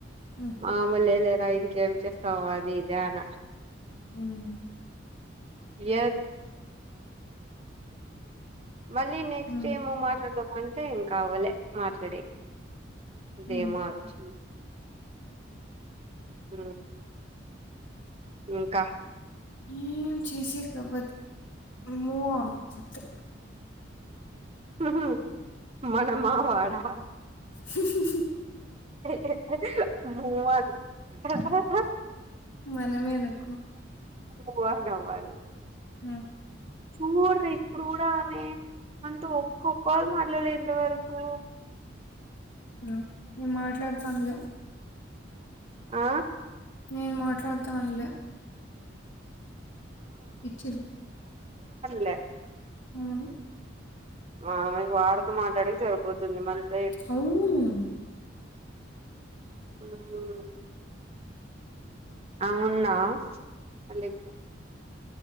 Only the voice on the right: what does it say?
మామూలు లేరా ఇంకేం చేస్తావ అది ఇది్యాన
<unintelligible> మళ్ళీ నెక్స్ట్
ఏమో మాట్లాడదాము అంటేం అవాలి మాట్లాడే థాయ్
నార్త్ హు ఇంకా
ఊహు మనమా వాడా
<unintelligible>
ము ఆన్ అవ్వాలి
చూడరా ఇప్పుడు కూడా ఆమె అందు ఒక్కొ కాల్ మాట్లాలే ఎంతవరకు
ఆ
లే
ఆమెకు వాడుతో మాట్లాడే కి సరిపోతుంది మళ్లీ
ఆహా ఆమె ఉందా అన్నిట్లో